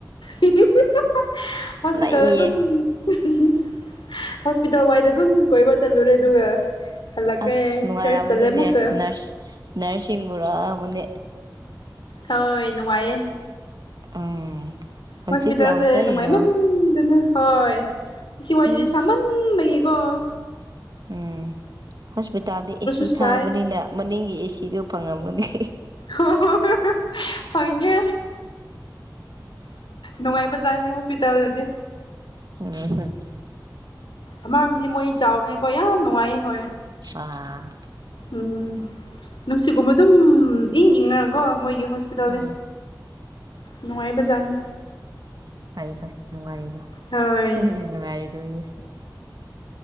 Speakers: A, on the left; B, on the right.
A: ꯍꯤ ꯍꯤ ꯍꯤ ꯍꯣꯁꯄꯤꯇꯥꯜ
B: ꯅꯩꯌꯦ
A: ꯑꯗꯨꯝ ꯎꯍꯨꯝ ꯍꯨꯝ ꯍꯣꯁꯄꯤꯇꯥꯜ ꯋꯥꯏꯗ ꯑꯗꯨꯝ ꯀꯣꯏꯕ ꯆꯠꯂꯨꯔꯦ ꯑꯗꯨꯒ ꯍꯜꯂꯛꯈ꯭ꯔꯦ
B: ꯑꯁ ꯅꯨꯡꯉꯥꯏꯔꯝꯑꯃꯅꯤꯅꯦ
A: ꯆꯔꯆ ꯆꯠꯂꯦ ꯑꯃꯨꯛꯀ
B: ꯅꯔꯁ ꯅꯔꯁꯁꯤꯡ ꯎꯔꯛꯑꯝꯃꯅꯤ
A: ꯍꯣꯏ ꯅꯨꯡꯉꯥꯏꯌꯦ
B: ꯎꯝ
A: ꯍꯣꯁꯄꯤꯇꯥꯜꯁꯦ
B: ꯍꯪꯆꯤꯠ ꯂꯥꯝꯃꯖꯔꯤꯔꯣ
A: ꯅꯨꯡꯉꯥꯏꯃꯟꯗꯅ ꯍꯣꯏ ꯁꯤ ꯋꯥꯏꯖꯦ
B: ꯏꯁ
A: ꯁꯥꯃꯟꯕꯩꯒꯤꯀꯣ
B: ꯎꯝ ꯍꯣꯁꯄꯤꯇꯥꯜꯗꯤ ꯑꯦꯁꯤ
A: ꯁꯥꯏ
B: ꯊꯥꯕꯅꯤꯅ ꯃꯅꯤꯡꯒꯤ ꯑꯦꯁꯤꯗꯨ ꯐꯪꯉꯝꯒꯅꯤ
A: ꯍꯣꯍꯣꯍꯣꯏ ꯐꯪꯒꯦ ꯅꯨꯡꯉꯥꯏꯕꯖꯥꯠꯅꯤ ꯍꯣꯁꯄꯤꯇꯥꯜꯗꯗꯤ
B: ꯎꯝꯍꯨ
A: ꯑꯃꯔꯣꯝꯗꯗꯤ ꯃꯣꯏ ꯆꯥꯎꯕꯅꯤꯀꯣ ꯌꯥꯝ ꯅꯨꯡꯉꯥꯏꯌꯦ ꯍꯣꯏ
B: ꯁꯥ
A: ꯎꯝ ꯅꯨꯡꯁꯤꯠꯒꯨꯝꯕ ꯑꯗꯨꯝ ꯏꯪ ꯏꯪꯅꯔꯀꯣ ꯃꯣꯏꯒꯤ ꯍꯣꯁ ꯄꯤꯇꯜꯗꯤ
B: ꯑꯥ
A: ꯅꯨꯡꯉꯥꯏꯕꯖꯥꯠꯅꯤ
B: ꯐꯩ ꯐꯩ ꯅꯨꯡꯒꯥꯏꯔꯤꯗꯣ
A: ꯍꯣꯏ
B: ꯍꯨꯝꯍꯨꯝ ꯅꯨꯡꯉꯥꯏꯔꯤꯗꯣꯌꯦ